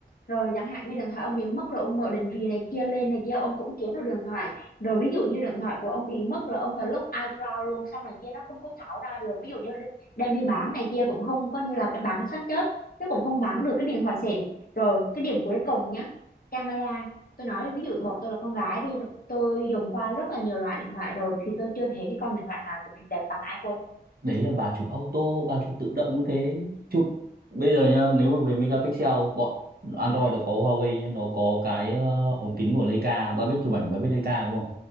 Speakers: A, on the left; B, on the right.
A: rồi chẳng hạn như điện thoại ông bị mất rồi ông mở định vị này kia lên này kia ông cũng kiếm được điện thoại rồi ví dụ như điện thoại của ông bị mất rồi ông phải lúc iCloud luôn xong này kia nó không có thảo ra được ví dụ như đi- đem đi bán này kia cũng không coi như là cái bán cái xác chết chứ cũng không bán được cái điện thoại xịn rồi cái điểm cuối cùng nhá camera tôi nói ví dụ bọn tôi là con gái đi tôi dùng qua rất là nhiều loại điện thoại rồi thì tôi chưa thấy cái con điện thoại nào chụp hình đẹp bằng iPhone
B: đấy là bà chụp auto bà chụp tự động như thế chụp bây giờ nhá nếu mà về megapixel bọn Android nó có Huawei nhá nó có cái ờ, ống kính của Leica bà biết chụp ảnh bà biết Leica đúng không